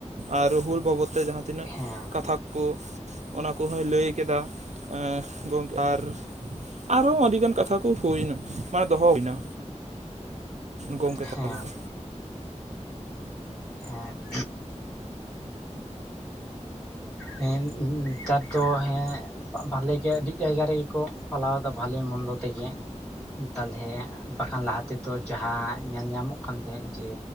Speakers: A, on the right; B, in the centre.
A: ᱟᱨ ᱦᱩᱞ ᱵᱟᱵᱚᱫ ᱛᱮ ᱡᱟᱦᱟᱸ ᱛᱤᱱᱟᱹᱜ
B: ᱦᱮᱸ
A: ᱠᱟᱛᱷᱟ ᱠᱚ ᱠᱚᱦᱚᱭ ᱞᱟᱹᱭ ᱠᱮᱫᱟ ᱮ ᱜᱚᱝᱠᱮ ᱟᱨ ᱟᱨᱦᱚᱸ ᱟᱹᱰᱤᱜᱟᱱ ᱠᱟᱛᱷᱟ ᱠᱚ ᱦᱩᱭᱱᱟ ᱢᱟᱱᱮ ᱫᱚᱦᱚ ᱦᱩᱭᱱᱟ ᱜᱚᱝᱠᱮ
B: ᱦᱮᱸ
A: ᱛᱟᱞᱟᱛᱮ
B: ᱦᱮᱸ ᱦᱮᱸ ᱱᱮᱛᱟᱨ ᱫᱚ ᱦᱮᱸ ᱵᱷᱟᱞᱮ ᱜᱮ ᱟᱹᱰᱤ ᱡᱟᱭᱜᱟ ᱨᱮᱜᱮ ᱠᱚ ᱯᱟᱞᱟᱣ ᱫᱟ ᱵᱷᱟᱞᱮ ᱢᱚᱱᱫᱚ ᱛᱮᱜᱮ ᱛᱟᱞᱦᱮ ᱵᱟᱠᱷᱟᱱ ᱞᱟᱦᱟ ᱛᱮᱫᱚ ᱡᱟᱦᱟᱸ ᱧᱮᱞ ᱧᱟᱢᱚᱜ ᱠᱟᱱ ᱛᱟᱦᱮᱸᱫ ᱡᱮ